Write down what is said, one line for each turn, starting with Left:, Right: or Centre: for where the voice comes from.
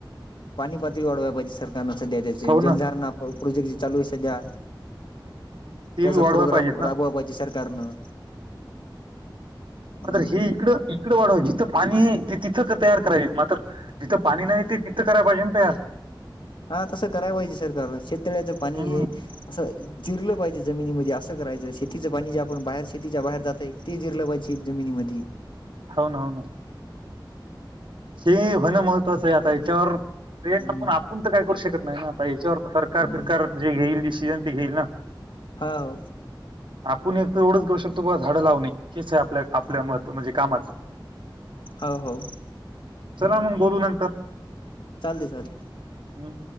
Left: पाणी पातळी वाढवाय पाहिजे सरकारनं सध्या त्याचे,
Right: हो ना
Left: जलधारणा प्रोजेक्ट जे चालू आहे सध्या.
Right: ती
Left: त्याचा
Right: बी वाढवायला
Left: प्रोग्राम
Right: पाहिजेत ना
Left: राबवा पाहिजे सरकारनं. हम्म.
Right: तर हे इकडं इ इकडं वाढवा जिथं पाणी आहे, ते तिथं तयार करावी मात्र जिथं पाणी नाही ते तिथं कराय पाहिजे ना तयार.
Left: हा तसं कराय पाहिजे सरकारनं, शेतळ्याचं पाणी
Right: हम्म.
Left: हे असं जिरलं पाहिजे जमिनीमध्ये असं करायचं, शेतीचं पाणी जे आपण बाहेर शेतीच्या बाहेर जातंय, ते जिरलं पाहिजे शेत जमिनीमधे.
Right: हो ना हो ना. हे होणं महत्वाचं आहे आता याच्यावर, प्रयत्न
Left: हम्म
Right: पण आपूण तर काय करू शकत नाही ना आता याच्यावर सर कार
Left: हम्म
Right: कार जे घेईल डिसीजन ते घेईल ना.
Left: हा हो.
Right: आपूण एक तर एवढंच करू शकतो बा झाडं लावणे हेच आहे आपल्या आपल्या महत्व म्हणजे कामाचं.
Left: आ हो.
Right: चला मग बोलू नंतर.
Left: चाले चाल.
Right: हम.